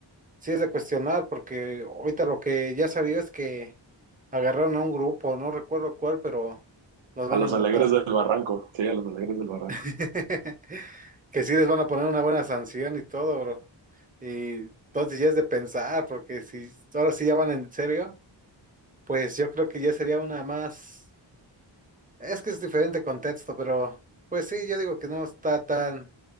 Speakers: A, on the right; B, on the right.
A: sí es de cuestionar, porque ahorita lo que ya salió es que agarraron a un grupo, no recuerdo cuál, pero los
B: A
A: van
B: los
A: a multar.
B: Alegres del Barranco, sí, a los Alegres del Barranco.
A: <laughs> Que sí les van a poner una buena sanción y todo, bro. Y entonces ya es de pensar, porque si ahora sí ya van en serio, pues yo creo que ya sería una más. Es que es diferente contexto, pero pues sí, yo digo que no está tan,